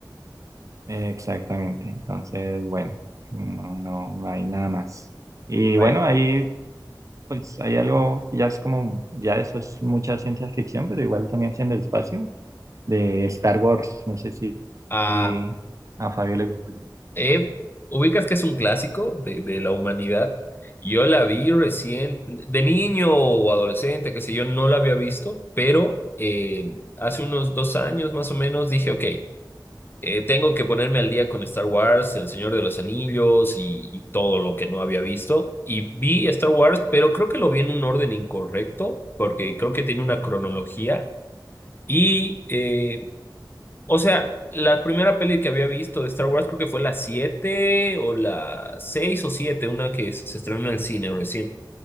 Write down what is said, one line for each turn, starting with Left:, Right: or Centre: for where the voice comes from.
Right: Exactamente. Entonces, bueno, no, no, no hay nada más. Y
Left: Bueno.
Right: bueno, ahí pues hay algo, que ya es como, ya eso es mucha ciencia ficción, pero igual también es en el espacio, de Star Wars. No sé si,
Left: Ah,
Right: si a Fabio le gusta.
Left: eh, ubicas que es un clásico de, de la humanidad. Yo la vi recién, de niño o adolescente, qué sé yo, no la había visto, pero eh, hace unos dos años más o menos dije, ok, Eh, tengo que ponerme al día con Star Wars, El Señor de los Anillos y, y todo lo que no había visto. Y vi Star Wars, pero creo que lo vi en un orden incorrecto, porque creo que tiene una cronología. Y, eh, o sea, la primera peli que había visto de Star Wars creo que fue la 7 o la 6 o 7 una que se estrenó en el cine recién.